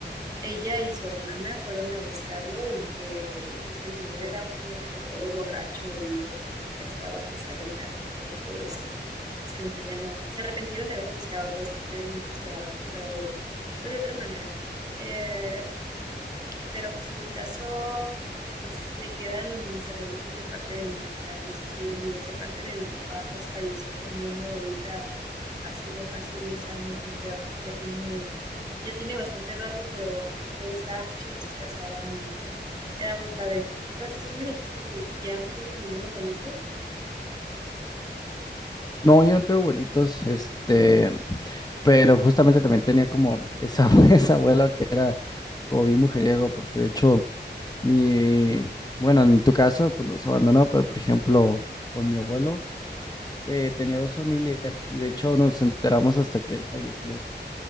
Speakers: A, on the right; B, on the left.
A: ella y su hermana fueron a buscarlo y que pues que el señor era un señor de que todo borracho y de que ya estaba pues arruinadito y todo eso. Es que mejor ya no, se arrepintieron de haberlo buscado pues porque obviamente esperaban que fuera de, pues, de otra manera. Eh, pero pues en mi caso, pues me quedan mis abuelitos de parte de mi mamá, ellos sí siguen vivos. De parte de mi papá, pues falleció también mi abuelita hace ya casi 10 años, yo creo. Ya tiene, ya tiene bastante rato, pero me gustaba mucho ir a su casa, era muy, era muy padre. Entonces tú me dijiste que ya no tienes ningún abuelito.
B: No, yo no tengo abuelitos, este, pero justamente también tenía como esa, <laughs> esa abuela que era como bien mujeriego, porque de hecho, mi, bueno, en tu caso, pues los abandonó, pero por ejemplo, con mi abuelo, eh, tenía dos familias y de hecho nos enteramos hasta que él falleció.